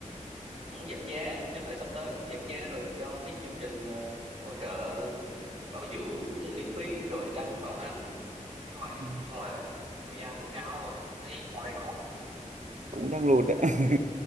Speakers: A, on the right; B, on the right.
A: cũng giảm giá chắc là sắp tới cũng giảm giá rồi cho mấy cái chương trình ờ, hỗ trợ bảo dưỡng miễn phí rồi đăng bảo hành kiểu vậy
B: Ừ,
A: nhưng mà KPI cũng cao lắm rồi thấy cũng đang đuối
B: cũng đang lụt ạ <laughs>